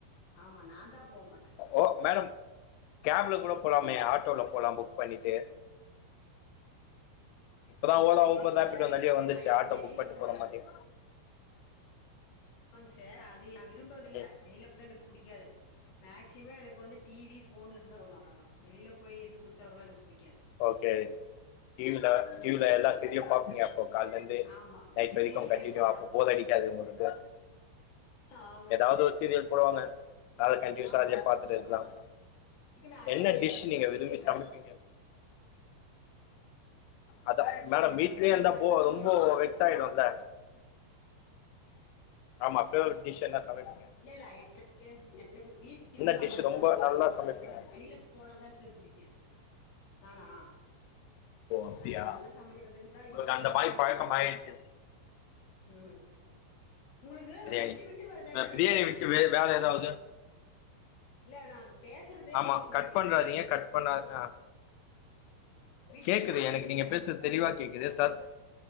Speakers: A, on the left; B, on the left.
A: ஆமா நா தா போமாட்டே
B: ஓ மேடம் கேப்ல கூட போலாமே ஆட்டோல போலா புக் பண்ணிட்டு இப்பதா ஓலா
A: அது
B: ஊபர்
A: எதுக்கு
B: ரேப்பிட்டோ
A: சார் ரிஸ்க்கு
B: நரீய வந்துச்சே
A: நான் எனக்கு
B: ஆட்டோ
A: வெளியில
B: புக் பண்ட்டு
A: போனேன்
B: போற மாரியே
A: ஆமாங்க சார் அது நா விரும்புறத இல்ல
B: ம்
A: வெளில போறது எனக்கு பிடிக்காது மேக்சிமம் எனக்கு வந்து டி வி ஃபோனு இருந்தா போது அவ்வளதா வெளில போய் இருந்து சுத்துறதுல்லா எனக்கு பிடிக்காது
B: ஓகே டி வில டி வில எல்லா சீரியோ பாப்பீங்க அப்போ கால்ல இருந்து
A: ஆமா
B: நைட்
A: சீரியலு
B: வரிக்கோ கண்டினியூ
A: படம்
B: அப்போ போர் அடிக்காது உங்குளுக்கு
A: ஆமாங்க
B: எதாவ்து
A: சார்
B: ஒர் சீரியல் போடுவாங்க அத கண்டியூசா
A: ஆமா
B: அதுயே பாத்துட்டு இருக்லாம்
A: இதுக்கு நான் அடிமையாயிட்டேன்
B: என்ன டிஷ் நீங்க
A: நான்
B: விரும்பி சமப்பீங்க அதா மேடம்
A: டிஷ்ஷு
B: வீட்லே அந்த
A: நான்
B: போ
A: சமைக்கிறதா
B: ரொம்போ வெக்ஸாய்டுல்ல மத்த டிஷ் என்ன சமப்பிங்க
A: இல்லல்ல எனக்கு எனக்கு வீட்ல இருந்தாமட்டுதா
B: என்ன டிஷ் ரொம்ப
A: புடிக்கு
B: நல்லா சமைப்பீங்க
A: வெளில போனதா எனக்கு பிடிக்காது நானா
B: ஓ அப்டியா
A: ஆ நல்லா சமைக்கதுந்தா
B: உங்களுக்கு
A: இஃப்தா
B: அந்த
A: பிரியாணி
B: மாரி பழக்கம்
A: கத்துக்கிட்ட
B: ஆயிடுச்சு
A: ம் உங்களுக்கு
B: பிரியாணி
A: விட்டு விட்டு வருதான்னு
B: அ
A: நெனைக்கிறேங்க
B: பிரியாணிய விட்டு
A: சார்
B: வே
A: நா பே
B: வேறஏதாவ்து
A: இல்ல நா பேசுறது
B: ஆம்மா
A: உங்களுக்கு
B: கட்
A: விட்டு
B: பண்றாதீங்க
A: விட்டு வருது
B: கட் பண்ணா அ
A: விட்டு
B: கேக்குது
A: விட்டு கேக்குதுன்னு
B: எனக்நீங்க
A: நானு
B: பேசது தெளிவாகேக்குது சத்